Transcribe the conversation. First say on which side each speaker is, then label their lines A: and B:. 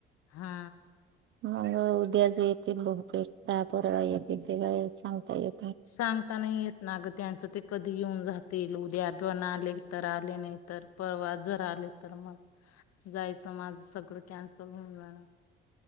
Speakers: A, on the left (about 55°); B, on the right (about 40°).
A: हा
B: मग उद्याच येतील बहुतेक काय परवा येतील ते काय सांगता येेत
A: सांग ता नाही येत ना ग त्यांचं ते कधी येऊन जातील. उद्या दण आले तर आले नाही तर, परवा जर आले तर मग जायचं माझ सगळं कॅन्सल होऊन जाणार.